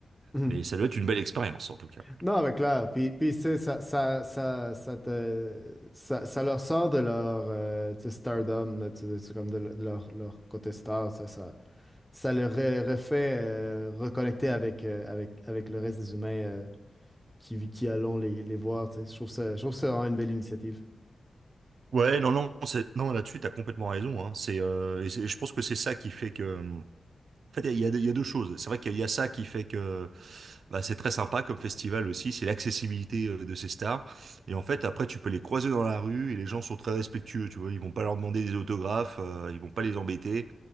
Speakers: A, in the centre; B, on the right (about 80°).
A: Mhm.
B: Mais ça doit être une belle expérience, en tout cas.
A: Non, mais clair. Puis, puis tu sais, ça, ça, ça, ça te, ça, ça leur sort de leur euh, tu sais, stardom, là, tu sais, c'est comme de, le- de leur, leur côté star. Ça, ça, ça leur re- refait euh, reconnecter avec, euh, avec, avec le reste des humains. euh, qui, qui allons les, les voir. tu sais. Je trouve ça, je trouve ça vraiment une belle initiative.
B: Ouais, non, non, c'est- non, là-dessus, t'as complètement raison, hein. C'est, euh, et c'est- je pense que c'est ça qui fait que, en fait, il y a, il y a il y a deux choses. C'est vrai qu'il y a il y a ça qui fait que, bah, c'est très sympa comme festival aussi, c'est l'accessibilité euh, de ces stars. Et en fait, après, tu peux les croiser dans la rue et les gens sont très respectueux, tu vois, ils vont pas leur demander des autographes, euh, ils vont pas les embêter.